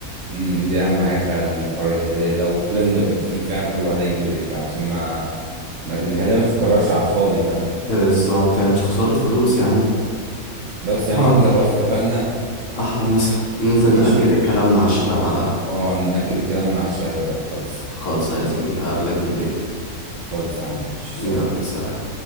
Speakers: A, on the right; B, on the left.
A: امم دي اهم حاجه فعلا حوار الهديه ده ولازم نبقى متفقين فعلا كل واحد هيجيب ايه فعلا عشان ما, ما الهدايا ما تتكررش على الفاضي فاهم
B: بالظبط يعني مش خسارة فلوس يا عم
A: بس يا
B: آه،
A: عم احنا كده خلاص اتفقنا
B: احلى مسا ننزل
A: ماشي
B: نأكد
A: و...
B: الكلام مع الشباب على القهوة
A: اه نأكد الكلام مع الشباب بقى خلص
B: خالص يا زميلي هقابلك بالليل
A: خلص يا عم ماشي
B: يلا
A: سلام
B: سلام